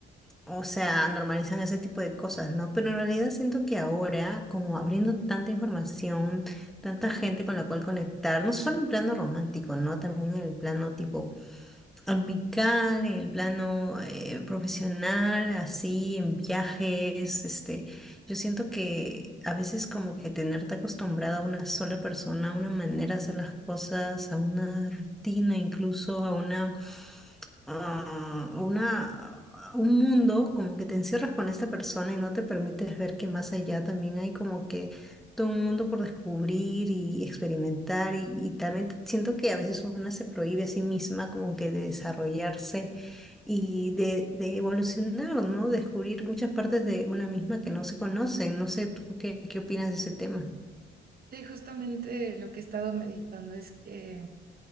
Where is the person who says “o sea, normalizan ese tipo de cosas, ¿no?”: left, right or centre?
Centre